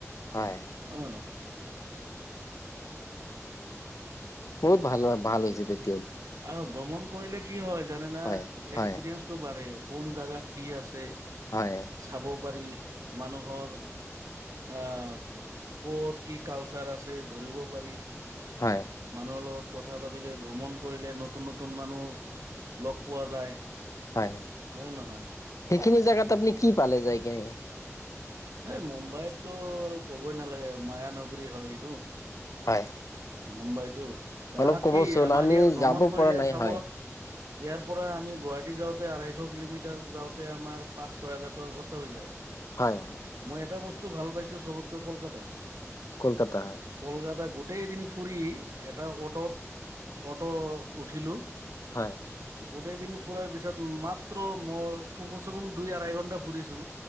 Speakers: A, on the left; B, on the right.
A: হয়
B: অ।
A: বহুত ভাল-ভাল হৈছে তেত
B: অ', ভ্ৰমণ কৰিলে কি হয় জানে না,
A: হয়
B: এক্সপিৰিয়েঞ্চটো
A: হয়
B: বাঢ়ে। কোন জাগাত কি আছে
A: হয়।
B: চাব পাৰি মানুহৰ আ, কত কি কালচাৰ আছে ধৰিব পাৰি
A: হয়
B: মানুহৰ লগত কথা পাতিলে ভ্ৰমণ কৰিলে নতুন নতুন মানুহ লগ পোৱা যায়
A: হয়,
B: হয় নে নহয়?
A: সেইখিনি জোগাত আপুনি কি পালে যাই কি
B: এই মুম্বাইততো আৰু কবই নালাগে মায়া নগৰী হয় এইটো
A: হয়
B: মুম্বাইতো তাত
A: অলপ ক'বচোন
B: কি আমাৰ
A: আমি
B: ইয়াত ভ্ৰমণ
A: যাব
B: কৰিলে
A: পৰা নাই
B: চাব
A: হয়
B: ইয়াৰ পৰা আমি গুৱাহাটী যাওঁতে আঢ়ৈশ কিলোমিটাৰ যাওঁতে আমাৰ পাঁচ ছয় হাজাৰ টকা খৰচা হৈ যায়
A: হয় হয়
B: মই এটা বস্তু ভাল পাইছো চবতকৈ কলকাতা
A: কলকাতা হয়
B: কলকাতা গোটেই দিন ফুৰি এটা অটত অট উঠিলো
A: হয়
B: গোটেই দিন ফুৰাৰ পিছত মাত্ৰ মই কমচে কম দুই আঢ়াই ঘন্টা ফুৰিছো